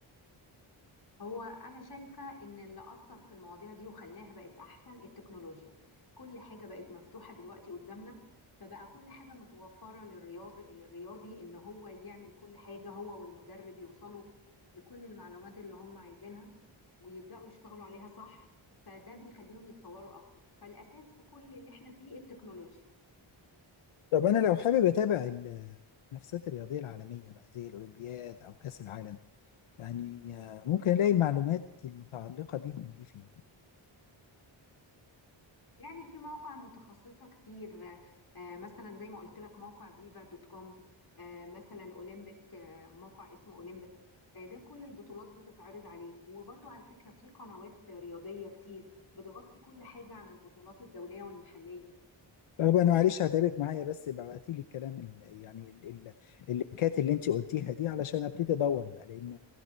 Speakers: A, on the left; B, on the left.
A: هو أنا شايفة إن اللي أثر في المواضيع دي وخلاها بقت أحسن التكنولوجيا كل حاجة بقت مفتوحة دلوقتي قدامنا فبقى كل حاجة متوفرة للرياضي للرياضي إن هو يعمل كل حاجة هو والمدرب يوصلوا لكل المعلومات اللي هم عايزينها ويبدأوا يشتغلوا عليها صح فده بيخليهم يتطوروا أكتر فالأساس في كل اللي إحنا فيه التكنولوجيا
B: طب انا لو حابب اتابع ال- المنافسات الرياضيه العالميه بقى زي الاولمبياد او كاس العالم يعني آه، ممكن الاقي المعلومات المتعلقه بيهم دي فين
A: يعني في مواقع متخصصة كتير آه، مثلا زي ما قلت لك موقع فيفا دوت كوم آه، مثلا اولمبيك آه، موقع اسمه اولمبيك آه، ده كل البطولات بتتعرض عليه وبرضو على فكرة في قنوات رياضية كتير بتغطي كل حاجة عن البطولات الدولية والمحلية
B: طب انا معلش هتعبك معايا بس ابعتي لي الكلام ال يعني ال ال اللينكات اللي انت قلتيها دي علشان ابتدي ادور بقى لان